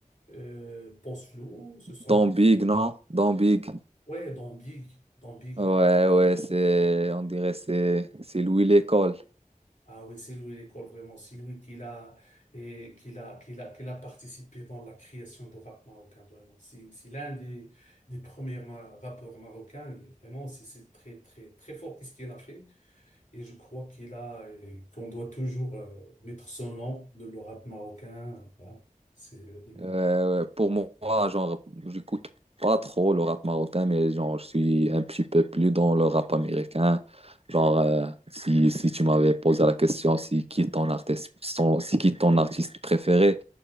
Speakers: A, on the left (about 60°); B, on the right (about 45°).
A: euh, pense flou, ce sont
B: dans Big, non? dans Big.
A: ouais, dans Big, dans Big,
B: Ouais, ouais, c'est, on dirait c'est, c'est Louis l'école.
A: Ah oui, c'est lui l'école vraiment. C'est lui qui a, et, qu'il a, qu'il a, qu'il a participé dans la création de rap marocain, vraiment. C'est, c'est l'un des, des premiers ma- rappeurs marocains. Et vraiment, c'est c'est très, très, très fort qu'est-ce qu'il a fait. Et je crois qu'il a, euh, qu'on doit toujours euh, mettre son nom de le rap marocain. Voilà. C'est le numéro.
B: Euh, pour moi, genre, j'écoute pas trop le rap marocain, mais genre, je suis un petit peu plus dans le rap américain. Genre, euh, si, si tu m'avais posé la question, si qui est ton artiste, son- si qui est ton artiste préféré,